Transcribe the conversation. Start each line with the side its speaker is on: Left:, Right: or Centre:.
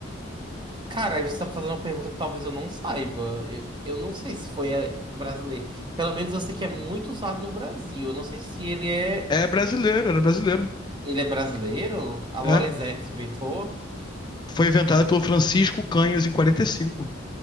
Right: Cara, aí você tá me fazendo uma pergunta que talvez eu não saiba. Eu, eu não sei se foi é, brasileiro. Pelo menos eu sei que é muito usado no Brasil. Eu não sei se ele é.
Left: É brasileiro, era brasileiro.
Right: Ele é brasileiro? A Lorenzetti
Left: É.
Right: inventou?
Left: Foi inventado pelo Francisco Canhos em 45.